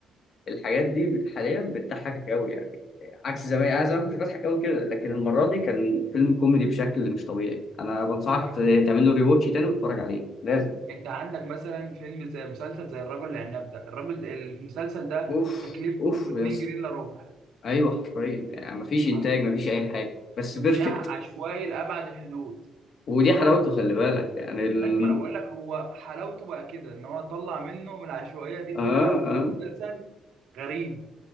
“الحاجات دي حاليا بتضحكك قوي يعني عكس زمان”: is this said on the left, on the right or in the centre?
Left